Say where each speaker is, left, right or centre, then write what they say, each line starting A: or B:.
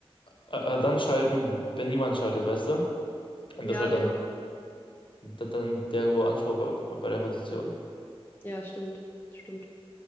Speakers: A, on the left; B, on the left.
A: äh, dann schalten, wenn niemand schaltet, weißt du? Und
B: Ja,
A: das ist halt
B: genau.
A: dann, dann der hohe Anspruch bei, bei der Position.
B: Ja, stimmt. Stimmt.